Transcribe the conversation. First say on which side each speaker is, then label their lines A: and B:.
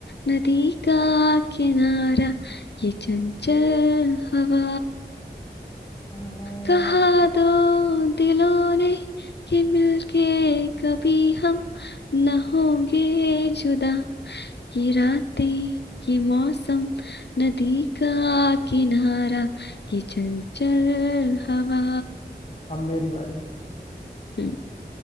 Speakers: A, on the left; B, on the left.
A: नदी का किनारा ये चंचल हवा
B: हाँ,
A: कहा दो दिलों ने कि मिलके कभी हम न होंगे जुदा ये रातें ये मौसम नदी का किनारा ये चंचल हवा
B: अब मेरी बारी
A: हम्म,